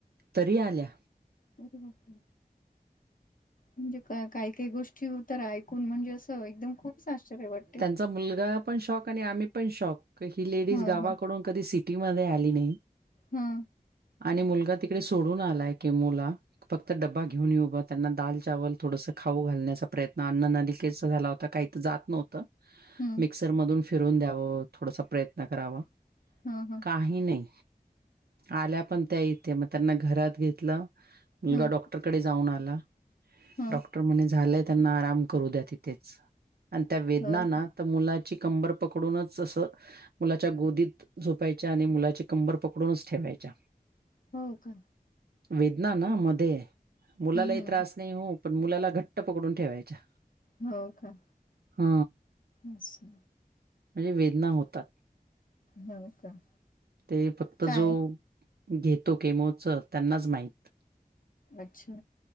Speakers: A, on the right; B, on the left.
A: तरीही आल्या?
B: अरे बापरे. म्हणजे का- काय काय गोष्टी हो तर ऐकून म्हणजे असं एकदम खूप आश्चर्य वाटतय.
A: चा मुलगा पण शौक आणि आम्ही पण शौक का ही लेडीज
B: हा
A: गावाकडून
B: हा
A: कधी सिटीमध्ये आली नाही.
B: हा.
A: आणि मुलगा तिकडे सोडून आलाय केमोला. फक्त डब्बा घेऊन येऊ बा त्यांना दाल चावल थोडसं खाऊ घालण्याचा प्रयत्न अन्ननलिके त झाला होता काही त जात नव्हत
B: हम्म
A: मिक्सर मधून फिरून द्यावं थोडसा प्रयत्न करावा.
B: हा हा.
A: काही नाय आल्या पण त्या इथे म त्यांना घरात घेतलं. मुलगा
B: हम्म
A: डॉक्टरकडे जाऊन आला
B: हा
A: डॉक्टर म्हने झालाय त्यांना आराम करू द्या ति तेच आणि त्या वेदना
B: हो
A: ना तर मुलाची कंबर पकडूनच असं मुलाच्या गोदीत झोपायच्या आणि मुलाचे कंबर पकडूनच ठेवायच्या.
B: हो का
A: वेदना ना
B: हम्म
A: मध्ये मुलालाही
B: हम्म
A: त्रास नाही हो. पण मुलाला घट्ट पकडून ठेवायच्या.
B: हो का?
A: हा
B: असं
A: म्हणजे वेदना होतात.
B: हो का?
A: ते फक्त
B: काय
A: जो घेतो केमोच त्यांनाच माहीत.
B: अच्छा